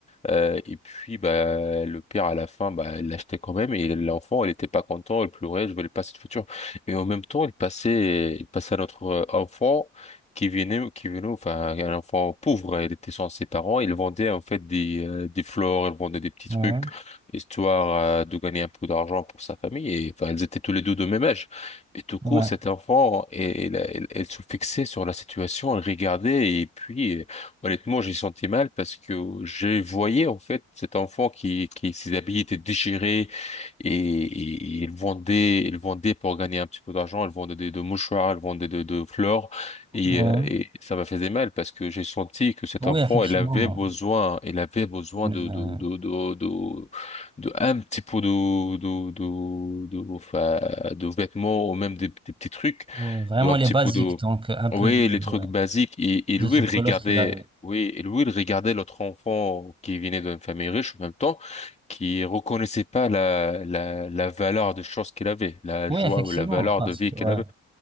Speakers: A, on the left; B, on the right.
A: Euh, et puis, bah, le père, à la fin, bah, il l'achetait quand même. Et l'enfant, il était pas content, il pleurait, je veux pas cette voiture. Et en même temps, il passait, il passait à notre euh, enfant qui venait, qui venait, enfin, un enfant pauvre. Il était sans ses parents. Il vendait, en fait, des, euh, des fleurs, il vendait des petits
B: ouais,
A: trucs, histoire, euh, de gagner un peu d'argent pour sa famille. Et, enfin, ils étaient tous les deux de même âge. Et tout court,
B: ouais,
A: cet enfant, elle, elle, elle- elle se fixait sur la situation, elle regardait, et puis, Honnêtement, j'ai senti mal parce que je voyais en fait cet enfant qui, qui ses habits étaient déchirés et, et- et il vendait, il vendait pour gagner un petit peu d'argent, il vendait de, de mouchoirs, il vendait de, de fleurs et,
B: ouais.
A: euh, et ça me faisait mal parce que j'ai senti que cet
B: Oui,
A: enfant,
B: effectivement.
A: il avait besoin, il avait besoin
B: Une,
A: de, de,
B: euh,
A: de, de, de, de un petit peu de, de, de, de, enfin, de vêtements ou même des, des petits trucs,
B: ouais, vraiment
A: de un
B: les
A: petit
B: basiques,
A: peu de
B: donc un peu
A: oui,
B: de,
A: les trucs
B: ouais,
A: basiques. Et, et
B: de
A: lui,
B: ce
A: il
B: colosse
A: regardait,
B: qu'il a.
A: oui, et lui, il regardait l'autre enfant qui venait d'une famille riche en même temps, qui reconnaissait pas la, la, la valeur des choses qu'il avait, la
B: Oui,
A: joie
B: effectivement,
A: ou la valeur
B: parce
A: de vie
B: que
A: qu'il
B: ouais,
A: avait.